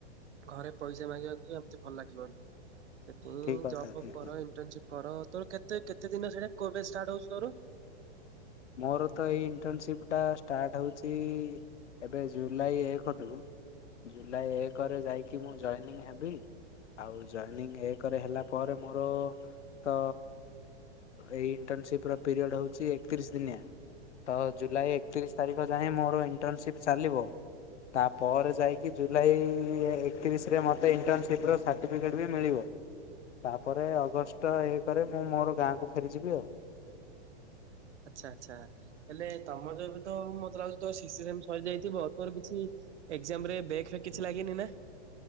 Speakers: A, on the right (about 80°); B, on the left (about 85°).
A: ଘରେ ପଇସା ମାଗିବାକୁ ଆମ ଭଲ ଲାଗିବନି ସେଥିପାଇଁ
B: ଠିକ୍ କଥା
A: ଜବ୍ ଫବ୍
B: ଠିକ୍
A: କର
B: କଥା
A: ଇଣ୍ଟର୍ନସିପ୍ କର। ତୋ କେତେ କେତେ ଦିନ ସେଟା କୋବେ ଷ୍ଟାର୍ଟ ହଉଛି ତୋର?
B: ମୋର ତ ଏଇ ଇଣ୍ଟରନସିପ ଟା ଷ୍ଟାଟ୍ ହଉଛି ଜି ଏବେ ଜୁଲାଇ ଏକରୁୁ ଜୁଲାଇ ଏକରେ ଯାଇକି ମୁଁ ଜଏନିଂ ହେବି। ଆଉ ଜଏନିଂ ଏକରେ ହେଲା ପରେ ମୋର ତ ଏଇ ଇଣ୍ଟରନ୍ସିପ୍ ର ପିରିୟଡ଼ ହଉଛି ଏକତିରିଶ ଦିନିଆ ତ ଜୁଲାଇ ଏକତିରିଶ ତାରିଖ ଯାଏଁ ମୋର ଇଣ୍ଟର୍ନସିପ୍ ଚାଲିବ। ତାପରେ ଯାଇକି ଜୁଲାଇ ଏକତିରିଶରେ ମତେ ଇଣ୍ଟରନ୍ସିପ୍ ର ସାଠିଫିକଟ ଟିକଟ୍ ବି ମିଳିବ। ତାପରେ ଅଗଷ୍ଟ ଏକ୍ରେ ମୁଁ ମୋର ଗାଁକୁ ଫେରିଯିବି ଆଉ।
A: ଆଚ୍ଛା ଆଚ୍ଛା ହେଲେ ତମର ତ ମତେ ଲାଗୁଛି ତ ସରି ଯାଇଥିବ ତୋର କିଛି ଏଜାମ ରେ ବେ ଫେ କିଛି ଲାଗନି ନା? <inaudible>